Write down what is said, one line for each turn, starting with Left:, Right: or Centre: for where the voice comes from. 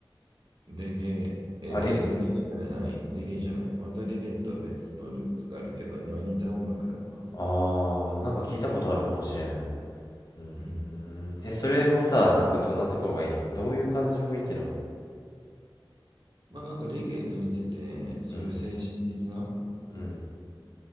Right: レゲエ、
Left: あ、レ、
Right: えーレゲエじゃない、レゲエじゃない。またレゲエとは別のルーツがあるけど、には似た音楽だね。
Left: ああ、なんか聞いたことあるかもしれん。うーん。
Right: うん。
Left: え、それはさ、なんかどんなところがいいのどういう感じの雰囲気なの
Right: まあなんかレゲエと似てて、そういう精神的な、
Left: うん、うん、